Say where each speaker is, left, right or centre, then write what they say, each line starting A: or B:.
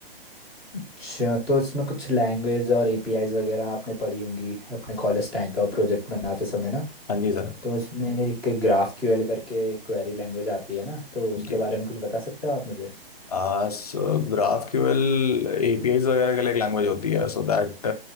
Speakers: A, in the centre; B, on the left.
A: अच्छा तो इसमें कुछ लैंग्वेज और एपीआईज वगैरह आपने पढ़ी होंगी अपने कॉलेज टाइम पे और प्रोजेक्ट बनाते समय ना
B: हाँ जी सर
A: तो इसमें एक ग्राफ क्यूएल करके क्वेरी लैंग्वेज आती है ना तो उसके
B: जी
A: बारे में कुछ बता सकते हो आप मुझे
B: आ, सो ग्राफ क्यूएल एपीआईज वगैरह के लिए एक लैंग्वेज होती है सो दैट